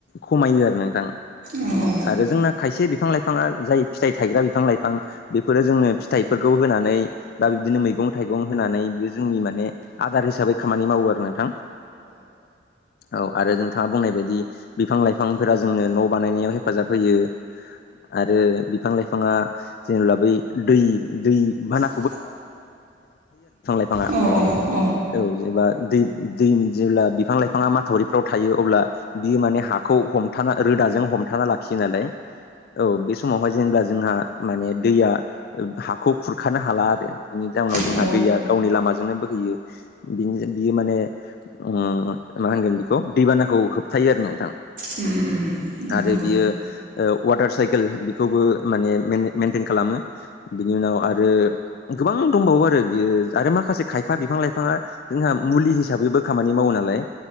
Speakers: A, on the left; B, on the right.
A: खमायो आरो नोंथां।
B: औ औ
A: आरो जोंना खायसे बिफां लाइफाङा जाय फिथाइ थायग्रा बिफां लाइफां बेफोरो जोंनो फिथाइफोरखौ होनानै बा बिबदिनो मैगं थाइगं होनानै बियो जोंनि माने आदार हिसाबै खामानि मावो आरो नोंथां। औ आरो जों थाङा बुंनाय बायदि बिफां लाइफांफोरा जोंनो न' बानायनायाव हेफाजाब होयो आरो बिफां लाइफाङा जेनेब्ला बै दै दै बाना
B: <inaudible>
A: लाइफाङा
B: औ औ औ।
A: औ जेनबा दै दैनि जेब्ला बि बिफां लाइफाङा माथावरिफ्राव थायो अब्ला बियो माने हाखौ हमथाना रोदाजों हमथाना लाखियो नालाय औ बे समावहाय जेनेब्ला जोंहा माने दैया ओ हाखौ खुरखानो हाला आरो। बिनि जउनाव जोंहा
B: औ
A: दैया गावनि लामा जोंनो बोहैयो। बिनजो बियो माने उम मा होनगोन खौ दैबानाखौ होबथायो आरो नोंथां
B: उम उम उम उम
A: आरो
B: नंगौ
A: बियो ओ वाटार साइकेल बेखौबो माने मेन मेेनटेन खालामो बिनि उनाव आरो गोबां दंबावो आरो बेयो आरो माखासे खायफा बिफां लाइफाङा जोंहा मुलि हिसाबैबो खामानि मावो नालाय